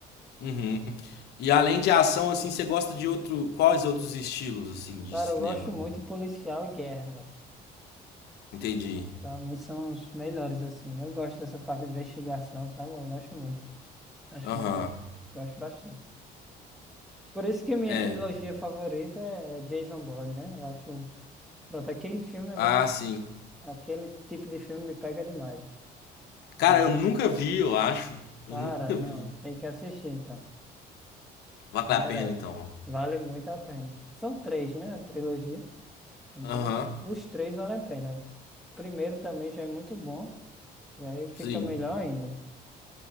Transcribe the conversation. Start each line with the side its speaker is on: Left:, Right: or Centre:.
Left: Uhum. E além de ação, assim, você gosta de outro. Quais outros estilos, assim, de
Centre: Cara,
Left: cinema?
Centre: eu gosto muito policial e guerra, velho.
Left: Entendi.
Centre: Pra mim são os melhores, assim. Eu gosto dessa parte de investigação, sabe? Eu gosto muito. Acho
Left: Aham.
Centre: muito. Gosto bastante. Por isso que minha
Left: É.
Centre: trilogia favorita é Jason Bourne, né? Eu acho. Pronto, aquele filme ali,
Left: Ah, sim.
Centre: aquele tipo de filme me pega demais. né?
Left: Cara,
Centre: Aí,
Left: eu nunca vi, eu acho. Eu
Centre: Cara,
Left: nunca vi.
Centre: não, tem que assistir então.
Left: Vale
Centre: Merece.
Left: a pena, então.
Centre: Vale muito a pena. São três, né? A trilogia. Então,
Left: Aham.
Centre: os três valem a pena. O primeiro também já é muito bom. E aí fica
Left: Sim.
Centre: melhor ainda.